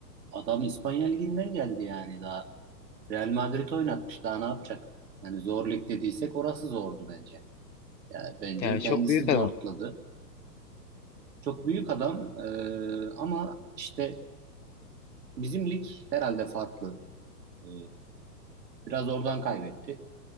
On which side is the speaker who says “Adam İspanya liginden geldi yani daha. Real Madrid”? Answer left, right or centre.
Right